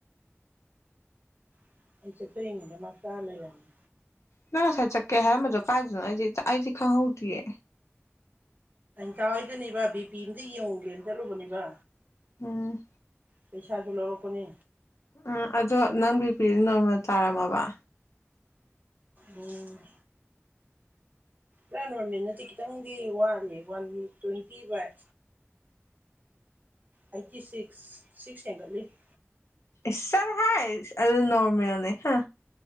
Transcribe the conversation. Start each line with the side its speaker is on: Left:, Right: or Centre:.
Right: <unintelligible> ꯃꯥ ꯆꯥ ꯂꯩꯔꯝꯃꯤ
Left: ꯅꯪ ꯉꯁꯥꯏ ꯆꯠꯀꯦ ꯍꯥꯏꯔꯝꯕꯗꯣ ꯀꯥꯏꯗꯅꯣ ꯑꯩꯗꯤ ꯈꯪꯍꯧꯗꯤꯌꯦ
Right: ꯆ ꯍꯣꯏꯗꯅꯤꯕ ꯕꯤꯄꯤ ꯌꯧꯔꯨꯒꯦꯅ ꯆꯠꯂꯨꯕꯅꯤꯕ
Left: ꯎꯝ
Right: ꯄꯩꯁꯥꯖꯨ ꯂꯎꯔꯛꯄꯅꯦ
Left: ꯎꯝ ꯑꯗꯣ ꯅꯪ ꯕꯤ ꯄꯤꯗꯤ ꯅꯣꯔꯃꯦꯜ ꯇꯥꯔꯝꯃꯕ
Right: ꯎꯝ ꯔꯥ ꯅꯣꯔꯃꯦꯜ ꯅꯠꯇꯦ ꯈꯤꯇꯪꯗꯤ ꯋꯥꯠꯂꯤ one twenty by eighty six six ꯍꯦꯟꯒꯠꯂꯤ꯫
Left: ꯏꯁ ꯆꯔ ꯍꯥꯏ ꯑꯗꯨ ꯅꯔꯃꯦꯜꯅꯦ ꯍꯥ꯫